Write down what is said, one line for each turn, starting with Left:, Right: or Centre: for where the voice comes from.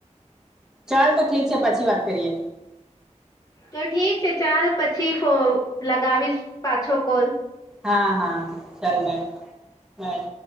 Centre: ચાલ તો ઠીક છે પછી વાત કરીએ.
Left: તો ઠીક છે ચાલ પછી ફો લગાવીશ પાછો કોલ
Centre: હા હા ચાલ બાય બાય.